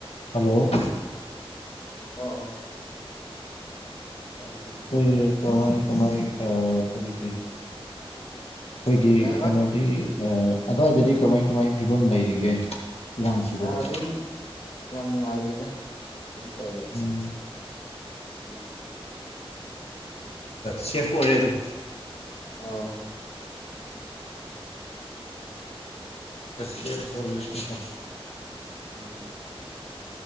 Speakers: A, on the left; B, on the left.
A: ꯍꯜꯂꯣ
B: ꯑꯣ ꯑꯥ ꯑꯥꯏ ꯇꯥꯏ
A: ꯀꯔꯤ ꯀꯃꯥꯏ ꯀꯃꯥꯏ ꯑ ꯀꯔꯤ ꯀꯔꯤ ꯑꯈꯣꯏꯒꯤ
B: ꯀꯩ ꯍꯥꯏꯕ
A: ꯀꯩꯅꯣ ꯗꯤ ꯑ ꯑꯗ꯭ꯋꯥꯏꯗꯗꯤ ꯀꯃꯥꯏ ꯀꯃꯥꯏ ꯐꯤꯕꯝ ꯂꯩꯔꯤꯒꯦ ꯏꯔꯥꯡꯁꯤꯕꯣ
B: ꯑ ꯑꯗꯨꯝ ꯌꯥꯝ ꯅꯨꯡꯉꯥꯏꯔꯤꯗ ꯀꯩꯁꯨ ꯇꯧꯗꯦꯗ
A: ꯎꯝ
B: ꯎꯝ
A: ꯁꯦꯐ ꯑꯣꯏꯌꯦ ꯑꯗꯨꯝ
B: ꯑꯣ
A: ꯑ ꯁꯦꯐ
B: ꯎꯝ
A: ꯑꯣꯏꯕꯁꯤꯅꯀꯣ
B: ꯎꯝ